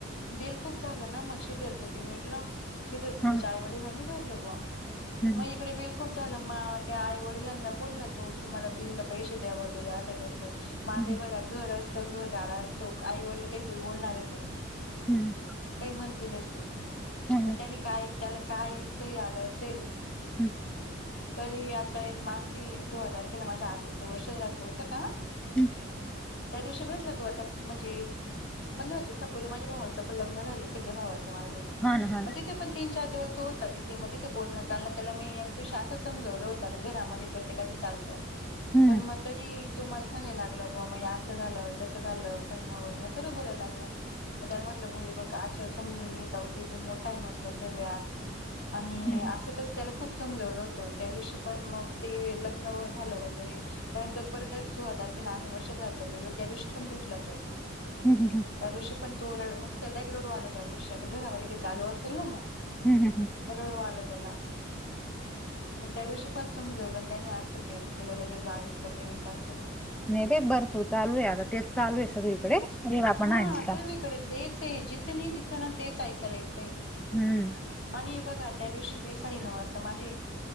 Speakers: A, on the left; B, in the centre.
A: बिल खूप झालं ना मकग सिजरच ते मिटलं, सिजरच
B: हा
A: तिच्या आईवडलानी भरलं बुवा
B: हम्म
A: मग इकडे बिल खूप झालं मग त्या आई वडिलांना बोलला तो की मला बिलला पैसे द्या वगैरे असं तसं मग आता
B: हम्म
A: हे बघा घर असतं घर गाड असतो आई वडील काहीतरी बोलणारच आहेत
B: हम्
A: काही म्हणतीलच ते,
B: हम्म
A: मग त्याने काय त्याला काय इतकंही आलं असेल
B: हम्म
A: तरी आता बाकी सोळा तारखेला माझ्या आजीचं वर्ष श्राध्द होतं का
B: हम्
A: त्या दिवशी भेटला तो आता म्हणजे पंधरा दिवसापूर्वी माझ्या भावाचं पण लग्न झालं सक्क्याभावाचं माझ
B: हा ना हा ना.
A: मग तिथे पण तीन चार दिवस तो होता तेथे मग तिथे बोलण चालण त्याला मी एक दिवशी असं समजवलं होत घरामध्ये प्रत्येकाच चालत
B: हम्म,
A: पण मग तरी तो मला सांगायला लागला बुआ मग हे असं झालं तसं झाालं फण वोलण सर्व बोलाय लागलं. मग त्याला म्हटलं भोय हे बघ असं समजून घे जाऊदे तू मोठा आहे म्हटलं सर्व्यात आणि
B: हं, हं,
A: असं तस त्याला खूप समजवलं होतं त्या दिवशी पण मग ते लग्न झालं वगैरे त्यानंतर परत सोळा तारखेला आम्ही वर्ष श्राध्द गेलो त्या दिवशी पण भेटला तो
B: हंम
A: त्या दिवशी पण तो रड म्हणजे त्याला एक रडू आला त्या दिवशी आता घरामध्ये काही चालू असेल ना मग
B: हम् हम हम
A: रडू आलं त्याला पण त्या दिवशी पण समजवलं आणि त्यानी असं केलं केलं लगेच बावीस का तेवीसार तारखेला.
B: नाही रे भरपूर चालू आहे आता तेच चालू आहे सगळीकडे, रेवा
A: हा
B: पण आहे नुसता.
A: सर्वीकडे तेच हे जिथं नाही जिथं तेच ऐकायला येतय.
B: हम्म
A: आणि बघा त्या दिवशी बी साडे नऊ वाजता माझे